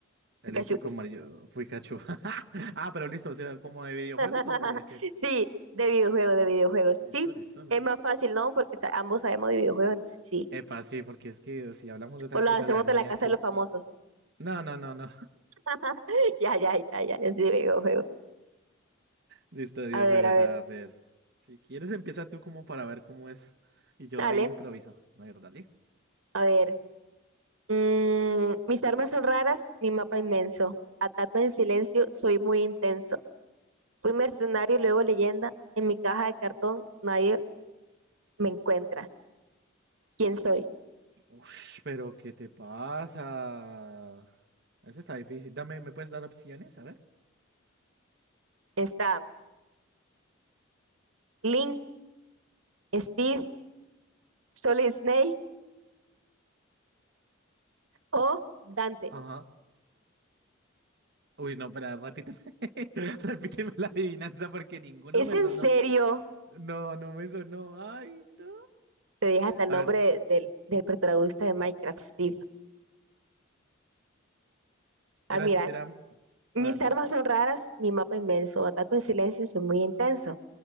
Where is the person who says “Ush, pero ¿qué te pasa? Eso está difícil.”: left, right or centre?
Right